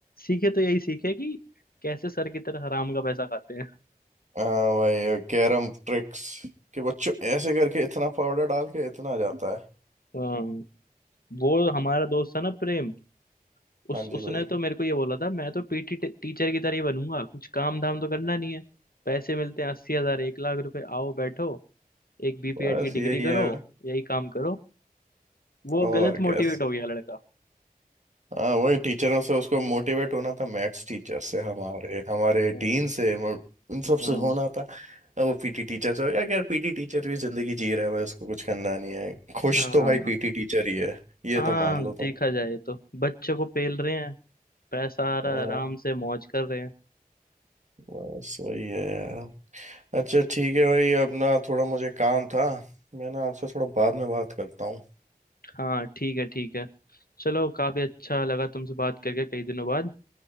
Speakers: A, on the left; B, on the right.
A: सीखे तो यही सीखे कि कैसे सर की तरह हराम का पैसा खाते हैं
B: हाँ भाई कैरम ट्रिक्स कि बच्चों ऐसे करके इतना पाउडर डाल के इतना जाता है
A: <laughs> हाँ वो हमारा दोस्त था ना प्रेम उस
B: हाँ जी
A: उसने
B: भाई
A: तो मेरे को ये बोला था मैं तो पीटी टीचर की तरह ही बनूंगा कुछ काम धाम तो करना नहीं है पैसे मिलते हैं अस्सी हजार एक लाख रुपए आओ बैठो एक बीपीएड
B: बस
A: की डिग्री
B: यही
A: करो
B: है
A: यही काम करो वो
B: और
A: गलत
B: कैसे
A: मोटिवेट हो गया लड़का
B: हाँ वही टीचरों से उसको मोटिवेट होना था मैथ्स टीचर से हमारे हमारे
A: हाँ
B: डीन से मतलब इन सब
A: हाँ
B: से होना था अब वो पीटी टीचर से यार यार पीटी टीचर भी जिंदगी जी रहा है भाई उसको कुछ करना नहीं है खुश
A: हाँ
B: तो भाई पीटी टीचर ही है ये
A: हाँ
B: तो मान लो तुम
A: देखा जाए तो बच्चे को पेल रहे हैं पैसा आ रहा
B: हाँ
A: है आराम से मौज कर रहे हैं
B: बस वही है यार अच्छा ठीक है भाई अब ना थोड़ा मुझे काम था मैं ना आपसे थोड़ा बाद में बात करता हूँ
A: हाँ ठीक है ठीक है चलो काफी अच्छा लगा तुमसे बात करके कई दिनों बाद